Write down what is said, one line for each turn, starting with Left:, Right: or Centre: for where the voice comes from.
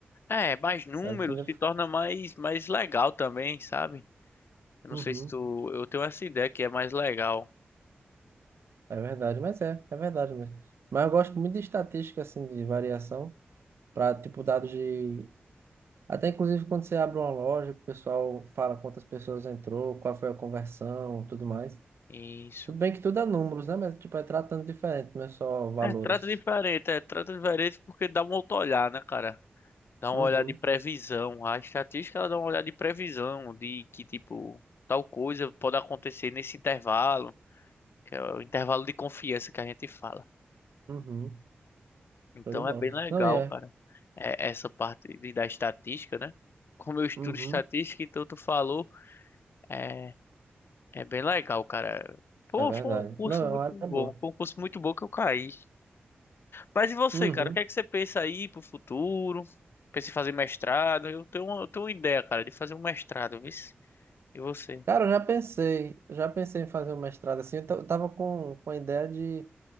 Left: É, mais números
Right: Mas, no fim da-
Left: se torna mais, mais legal também, sabe? Eu
Right: Uhum.
Left: não sei se tu. Eu tenho essa ideia que é mais legal.
Right: É verdade, mas é, é verdade mesmo. Mas eu gosto muito de estatística, assim, de variação, para, tipo, dados de. Até inclusive quando você abre uma loja, que o pessoal fala quantas pessoas entrou, qual foi a conversão, tudo mais.
Left: Isso.
Right: Tudo bem que tudo é números, né? Mas, tipo, é tratando diferente, não é só valores.
Left: É, trata diferente, é, trata diferente porque dá um outro olhar, né, cara? Dá uma
Right: Uhum,
Left: olhada de previsão. A estatística ela dá uma olhada de previsão, de que, tipo, tal coisa pode acontecer nesse intervalo, que é o intervalo de confiança que a gente fala.
Right: uhum.
Left: Então
Right: Show de bola.
Left: é bem legal,
Right: Não, e é.
Left: cara. É, essa parte de, da estatística, né? Como eu estudo
Right: Uhum,
Left: estatística, então tu falou, é, é bem legal, cara. Pô,
Right: é verdade.
Left: foi um curso
Right: Não, é
Left: muito
Right: uma área
Left: bom,
Right: boa.
Left: foi um curso muito bom que eu caí. Mas e você,
Right: Uhum.
Left: cara? O que é que você pensa aí pro futuro? Pensa em fazer mestrado? Eu tenho uma, eu tenho uma ideia, cara, de fazer um mestrado, viu? E você?
Right: Cara, eu já pensei, já pensei em fazer um mestrado assim. Eu ta- eu tava com, com a ideia de